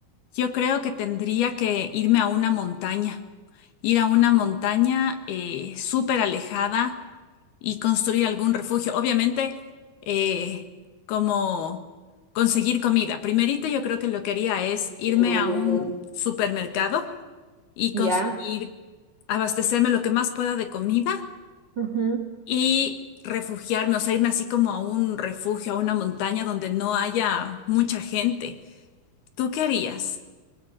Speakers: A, on the left; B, on the right.
A: Yo creo que tendría que irme a una montaña, ir a una montaña eh, súper alejada y construir algún refugio. Obviamente, eh, como conseguir comida. Primerito, yo creo que lo que haría es
B: <laughs>
A: irme a un supermercado y conseguir
B: Ya.
A: abastecerme lo que más pueda de comida
B: Ujú.
A: y refugiarme, o sea, irme así como a un refugio, a una montaña donde no haya mucha gente. ¿Tú qué harías?